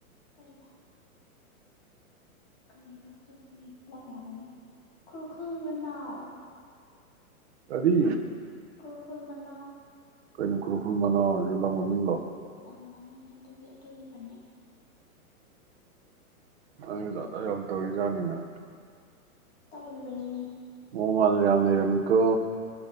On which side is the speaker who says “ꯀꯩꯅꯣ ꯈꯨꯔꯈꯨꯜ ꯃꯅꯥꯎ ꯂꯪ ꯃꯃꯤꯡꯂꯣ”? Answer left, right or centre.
Right